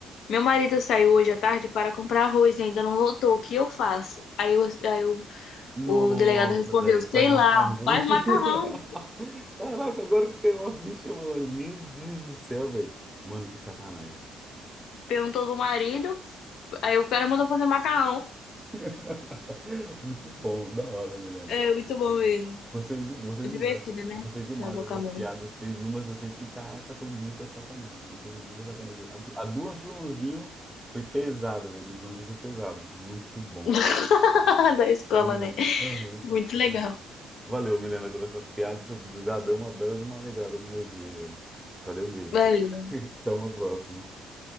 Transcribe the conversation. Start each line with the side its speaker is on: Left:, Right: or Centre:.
Left: Meu marido saiu hoje à tarde para comprar arroz e ainda não voltou. O que eu faço? Aí, o- aí o,
Centre: Nossa,
Left: o delegado respondeu:
Centre: velho, faz
Left: Sei lá,
Centre: macarrão.
Left: faz macarrão.
Centre: <laughs> Caraca, agora que caiu uma ficha, malandro. Meu Deus do céu, velho. Mano, que sacanagem.
Left: Perguntou do marido. Aí o cara mandou fazer macarrão.
Centre: <laughs> Muito bom, da hora, Milena.
Left: É muito bom
Centre: Ai,
Left: mesmo.
Centre: Gostei, de, gostei
Left: Divertido,
Centre: demais, dessa-
Left: né?
Centre: gostei demais
Left: Da boca
Centre: dessas
Left: a mão.
Centre: piadas. Teve umas assim que, caraca, foi muita sacanagem, velho, Foi muita sacanagem. A, do- a do Joãozinho foi pesada, velho. Do Joãozinho foi pesado. Muito bom,
Left: <laughs>
Centre: velho.
Left: Da escola,
Centre: Bom,
Left: né?
Centre: mesmo. Aham,
Left: Muito
Centre: muito
Left: legal.
Centre: bom. Valeu, Milena, por essas piadas. Já deu uma bela de uma alegrada no meu dia. Valeu mesmo.
Left: Valeu.
Centre: Então, <laughs> até uma próxima.